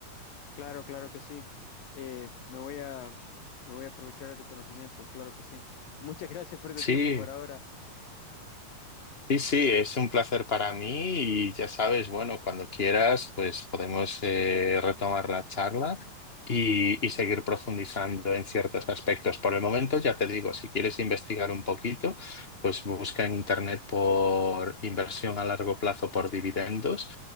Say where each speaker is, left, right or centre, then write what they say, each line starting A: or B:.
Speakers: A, on the left; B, on the left.
A: Claro, claro que sí. Eh, me voy a, me voy a aprovechar de tu conocimiento, claro que sí. Muchas <laughs> gracias por tu
B: Sí,
A: tiempo por ahora.
B: Sí, sí, es un placer para mí y ya sabes, bueno, cuando quieras, pues podemos eh, retomar la charla y, y seguir profundizando en ciertos aspectos. Por el momento, ya te digo, si quieres investigar un poquito, pues busca en internet por inversión a largo plazo por dividendos